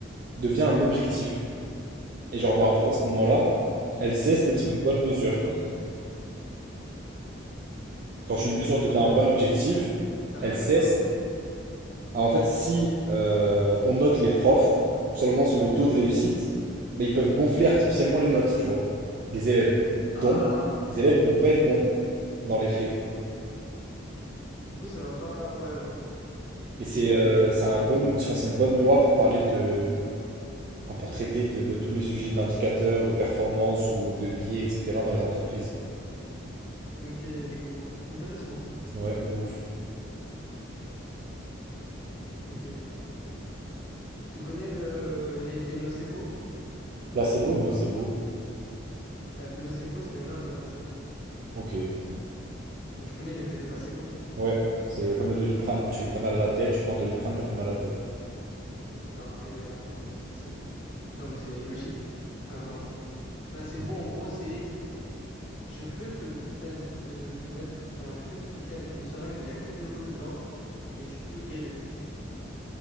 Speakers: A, on the right; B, on the left.
A: devient un objectif. Et genre, bah
B: Attends,
A: en fait à ce moment-là, elle cesse d'être
B: une mesure,
A: une bonne mesure. Quand
B: une
A: une
B: mesure
A: mesure devient un
B: de...
A: bon objectif,
B: T'as
A: elle
B: pas un
A: cesse
B: exemple?
A: Alors en fait, si euh, on note les profs seulement sur le taux de réussite, bah, ils peuvent gonfler artificiellement les notes, tu vois, des élèves. Donc,
B: Ah, ok.
A: les élèves ils vont pas être bons dans les faits.
B: Du coup, ça va pas... Ouais, ok. Ok,
A: Et c'est
B: je vois.
A: euh, c'est un bon outil, enfin, c'est une bonne loi pour parler de, enfin, pour traiter de, de tous les sujets d'indicateurs, de performance ou de biais, etc. dans les entreprises.
B: Ok, je vois. Intéressant.
A: Ouais, de ouf.
B: Ok. Tu connais le, l'effet nocebo?
A: Placebo ou nocebo?
B: Ben, nocebo, c'est l'inverse de placebo.
A: Ok.
B: Mais tu connais l'effet de placebo.
A: Ouais, c'est comme le doliprane. Tu t'as mal à la tête, tu prends un doliprane, t'as plus mal à la tête.
B: Mais Après, euh, c'est, non, mais c'est logique. Enfin, non. Placebo,
A: Ouais,
B: en gros, c'est je peux te, t'in- de- te mettre, enfin, je peux te piquer avec une seringue où il n'y a que de l'eau dedans et tu peux guérir.